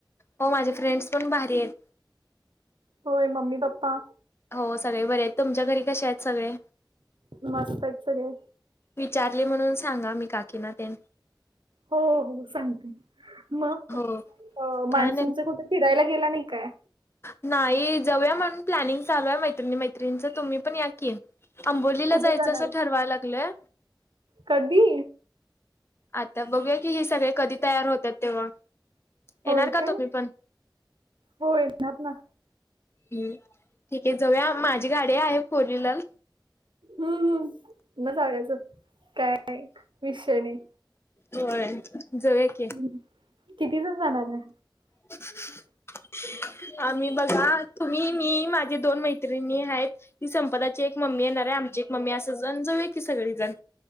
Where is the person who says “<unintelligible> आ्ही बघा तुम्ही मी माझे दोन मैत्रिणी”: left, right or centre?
Left